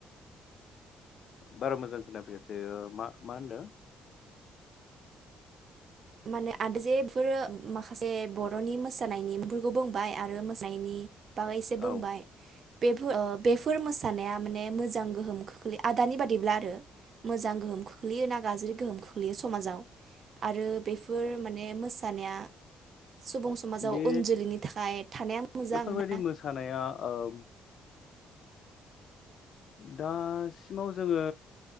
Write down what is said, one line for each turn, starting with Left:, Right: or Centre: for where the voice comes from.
Left: बारा मोजां खोनाफैयासै मा मा होनदों?
Right: <unintelligible> माखासे बर'नि मोसानायनि मुंफोरखौ बुंबाय आरो मोसानायनि बागै एसे बुंबाय
Left: औ
Right: बेफो ओ बेफोर मोसानाया माने मोजां गोहोम खोख्लै आदानि बादिब्ला आरो मोजां गोहोम खोख्लैयो ना गाज्रि गोहोम खोख्लैयो समाजाव आरो बेफोर माने मोसानाया सुबुं समाजाव
Left: बे
Right: उन जोलैनि थाखाय थानाया मोजां
Left: बेफोरबायदि
Right: ना
Left: मोसानाया ओ दासिमाव जोङो